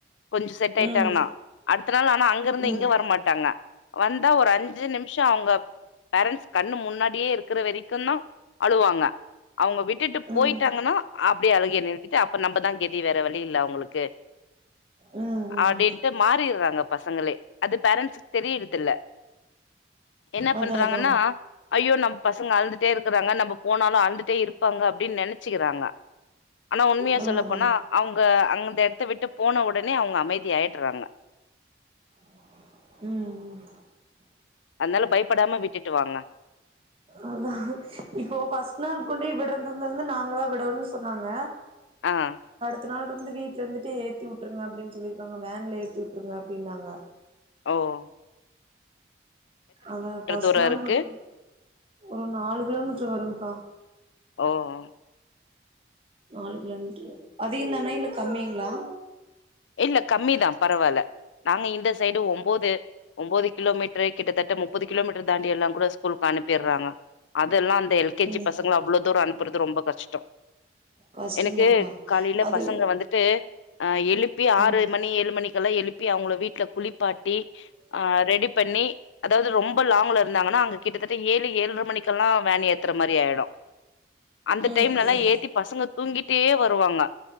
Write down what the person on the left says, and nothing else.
கொஞ்சம் செட்
ஆயிட்டாங்கன்னா அடுத்த நாள் ஆனா அங்க இருந்து
இங்கே வரமாட்டாங்க வந்தா ஒரு அஞ்சு நிமிஷம் அவங்க பேரன்்ஸ் கண்ணு முன்னாடியே இருக்கிற வரைக்கும் தான் அழுவாங்க அவங்க விட்டுட்டு போயிட்டாங்கன்னா
அப்படியே அழுகேன்ன எழுட்டுட்டு நம்ப தாங்க வேற வழி இல்ல உங்களுக்கு
அப்படின்ட்டு மாறிடுறாங்க பசங்களே அது பேரண்ட்ஸு்க தெரியடுதுல என்ன
பண்றாங்கன்னா
ஐயோ நம்ம பசங்க அழந்துட்டே இருக்கிறாங்க நம்ம போனாலும் அழுழ்ந்துட்டே இருப்பாங்க அப்படின்னு நினைச்சுிக்கிறாங்க ஆனா உண்மையா
சொல்லப்போனா
அவங்க அந்த இடத்த விட்டு போன உடனே அவங்க அமைதி ஆயிடுறாங்க
அதனால பயப்படாம விட்டுட்டு வாங்க
ஆஹ்
ஓஹ்
தூரோ
இருக்கு
ஓஹ்
இல்ல கம்மி தான் பரவாயில்ல நாங்க இந்த சைடு ஒன்பது ஒன்பது கிலோமீட்டர் கிட்டத்தட்ட முப்பது கிலோமீட்டர் தாண்டி எல்லா கூட ஸ்கூலுக்கு அனுப்பிடுறாங்க அதெல்லா எல் கே ஜி
பசங்க அவ்ள தூரம் அனு அப்புறது ரொம்ப கஷ்டம்
எனக்கு காலையில
பசங்க வந்துட்டு ஆஹ் எழு ஆறு
மணி ஏழு மணிக்கு எழுப்பி அவங்க வீட்ல குளிப்பாட்டு ரெடி பண்ணி அதாவது ரொம்ப ரொம்ப லாங்ல இருந்தாங்கன்னா அங்க கிட்டத்தட்ட ஏழு ஏழுரை மணிக்கெ எல்லாம் வேன் ஏத்துற மாதிரி ஆயிடும் அந்த
டைம்லல்லாம்
ஏத்தி பசங்க தூங்கிட்டே வருவாங்க